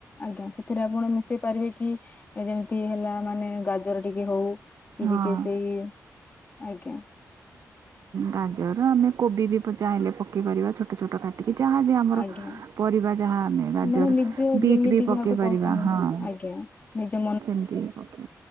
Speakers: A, on the left; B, on the right.
A: ଆଜ୍ଞା ସେଥିରେ ଆପଣ ମିଶେଇ ପାରିବେ କି ଯେମିତି ହେଲା ମାନେ ଗାଜର ଟିକେ ହଉ। କି
B: ହଁ
A: ଟିକେ ସେଇ ଆଜ୍ଞା।
B: ଗାଜର ଆମେ କୋବି ବି ପଚା ହେଲେ ପକିପାରିବା ଛୋଟ ଛୋଟ ଛୋଟ କାଟିକି ଯାହାବି ଆମର
A: ଆଜ୍ଞା
B: ପରିବା ଯାହା ଆମେ ଗାଜର
A: ମାନେ ନିଜ
B: ବିଟ୍
A: ଯେମିତି
B: ବି
A: ଯାହାକୁ
B: ପକେଇ ପାରିବା
A: ପସନ୍ଦ
B: ହଁ ହଁ
A: ଆଜ୍ଞା ନିଜ
B: ସେମିତି ଓକେ